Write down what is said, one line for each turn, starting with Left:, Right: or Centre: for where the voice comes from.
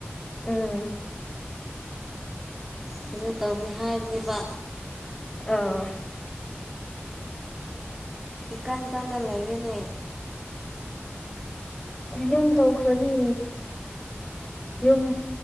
Left: ꯎꯝ
Centre: ꯀꯩꯅꯣ ꯇꯧꯕꯅꯤ ꯍꯥꯏꯕꯅꯦꯕ
Left: ꯑ
Centre: ꯏꯀꯥꯟ ꯀꯟꯅ ꯂꯩꯔꯦꯅꯦ
Left: ꯗꯨꯝ ꯇꯧꯈ꯭ꯔꯅꯤ ꯌꯨꯝ